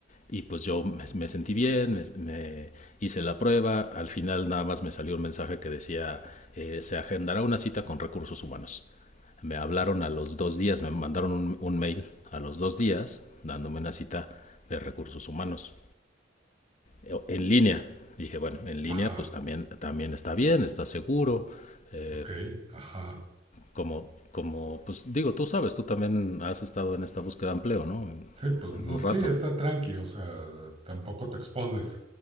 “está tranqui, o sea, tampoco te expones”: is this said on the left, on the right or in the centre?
Right